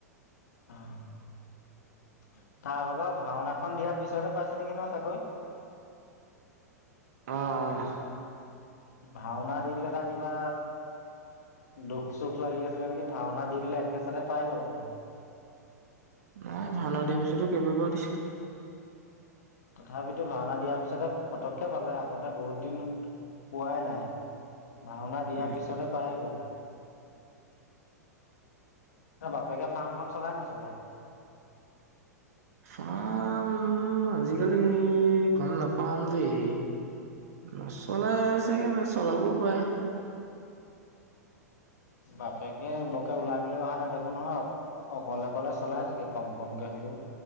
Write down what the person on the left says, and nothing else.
অ তাৰ আগৰ পৰা ভাওনাখন দিয়াৰ পিছতে পাইছে নেকি ন চাকৰি।
ভাওনা দি দিলে তাৰ কিবা। দুখ চুখ লাগি আছিলে নেকি ভাওনা দি দিলে একে চথে পাই গ'ল আৰু সি।
তথাপিতো ভাওনা দিয়াৰ পিছতে ফটককে পালে আগতে বহুত দিন পোৱাই নাই। ভাওনা দিয়াৰ
পিছতে পাইয়ে গ'ল। তাৰ বাপেকে ফাৰ্মখন চলাই নে নচলায়।
বাপেকে বকে ওলাই মেলি অহা নেদেখো নহয়ক। অকলে অকলে চলাই চাগে কম কমকৈ হ'লেও।